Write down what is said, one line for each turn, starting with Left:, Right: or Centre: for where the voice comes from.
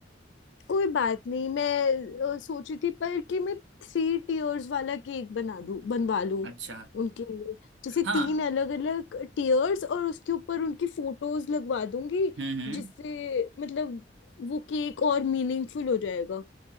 Left: कोई बात नहीं मैं अ, सोच रही थी पर कि मैं थ्री टीयर्स वाला केक बना दूं बनवा लूं
Right: अच्छा
Left: उनके लिए जैसे
Right: हाँ
Left: तीन अलग अलग टीयर्स और उसके ऊपर उनकी फोटोज लगवा दूंगी
Right: हम्म हम्म
Left: जिससे मतलब वो केक और मीनिंगफुल हो जाएगा